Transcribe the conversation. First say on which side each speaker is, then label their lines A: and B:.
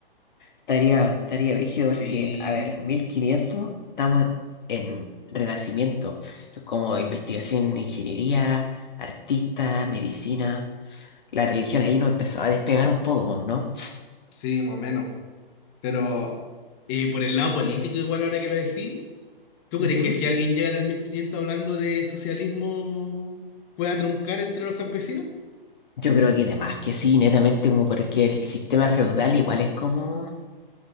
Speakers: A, on the left (about 55°); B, on the left (about 25°).
A: Estaría, estaría brígido
B: Sí,
A: porque, a ver, 1500 estamos en renacimiento, como investigación, ingeniería, artista, medicina. La religión ahí nos empezó a despegar un poco, ¿no?
B: sí, más o menos. Pero eh, por el lado político, igual ahora que lo decís, ¿tú crees
A: Ujú.
B: que si alguien llega en el 1500 hablando de socialismo, pueda truncar entre los campesinos?
A: Yo creo que además que sí, netamente como porque el sistema feudal igual es como,